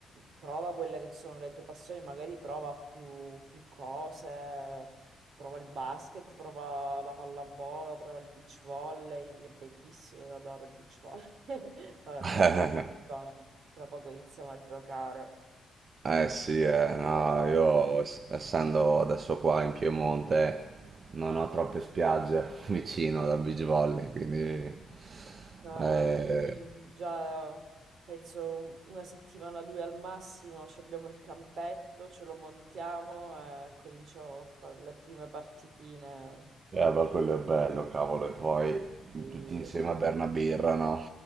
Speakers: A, on the right; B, on the right.
A: prova quelle che sono le tue passioni, magari prova più, più cose, prova il basket, prova la pallavolo, prova il beach volley, che è bellissimo, io adoro il beach volley. <laughs> Ora
B: <laughs>
A: siamo in zone, tra poco iniziamo a giocare.
B: Eh eh, sì, eh, no,
A: Allora,
B: io ess- essendo adesso qua in Piemonte non ho troppe spiagge <laughs> vicino da beach volley, quindi
A: No,
B: eh,
A: no, qui già penso una settimana, due al massimo, ci abbiamo il campetto, ce lo montiamo e cominciamo a fare le prime partitine.
B: Eh, ma quello è bello, cavolo, e poi
A: Sì,
B: tutti insieme
A: no.
B: a berna birra, no?